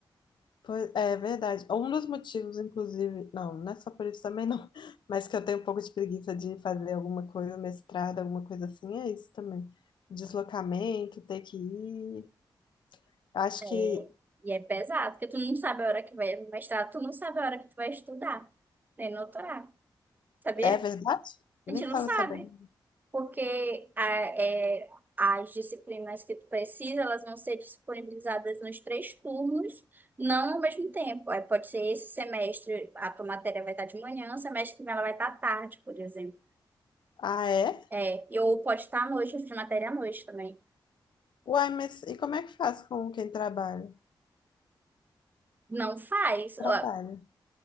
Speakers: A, on the left; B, on the right.
A: Pois, é verdade. Um dos motivos, inclusive, não, não é só por isso também, não. <laughs> Mas que eu tenho um pouco de preguiça de fazer alguma coisa, mestrado, alguma coisa assim, é isso também. Deslocamento, ter que ir. Acho
B: É,
A: que
B: e é pesado, porque tu não sabe a hora que vai no mestrado, tu não sabe a hora que tu vai estudar, nem no doutorado, sabia?
A: é verdade? Nem
B: A gente
A: estava
B: não sabe.
A: sabendo.
B: porque a- é, as disciplinas que tu precisa, elas vão ser disponibilizadas nos três turnos, não ao mesmo tempo. Aí pode ser esse semestre, a tua matéria vai estar de manhã, o semestre que vem ela vai estar à tarde, por exemplo.
A: Ah, é?
B: É, e ou pode estar à noite, eu fiz matéria à noite também.
A: Uai, mas e como é que faz com quem trabalha?
B: Não faz, ó,
A: Trabalha.